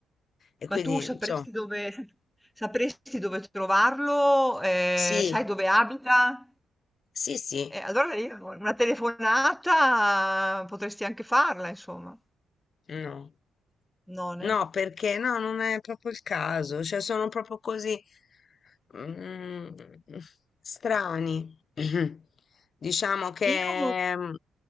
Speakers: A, on the left; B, in the centre.
A: e quindi
B: ma tu sapresti
A: insomma,
B: dove, sapresti dove trovarlo? Eh,
A: sì,
B: sai dove abita?
A: sì, sì.
B: Eh, allora io una telefonata potresti anche farla, insomma.
A: No.
B: Non
A: No,
B: eh.
A: perché no, non è proprio il caso, cioè sono proprio così mm, strani. <clears throat> Diciamo che
B: Io
A: mm,